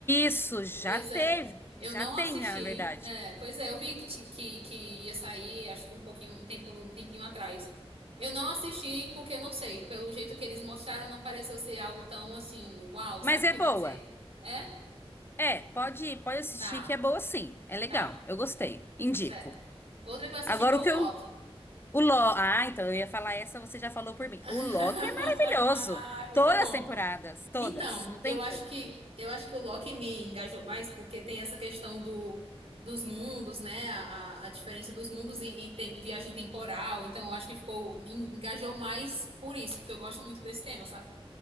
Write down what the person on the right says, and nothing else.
Pois
é. Eu
não
assisti.
É, pois é, eu vi que, ti- que, que ia sair, acho que um pouquinho, um tempo, um tempinho atrás. Eu não assisti porque eu não sei, pelo jeito que eles mostraram não pareceu ser algo tão assim, uau, sabe
que
vai ser? É?
Tá,
tá.
Certo. Outra que eu assisti
foi o
Loki.
<laughs>
Ai, muito
bom.
Então,
eu acho
que eu acho que o Loki me engajou mais porque tem essa questão do, dos mundos, né? A, a diferença dos mundos e, e tem viagem temporal. Então, eu acho que ficou me engajou mais por isso, porque eu gosto muito desse tema, sabe?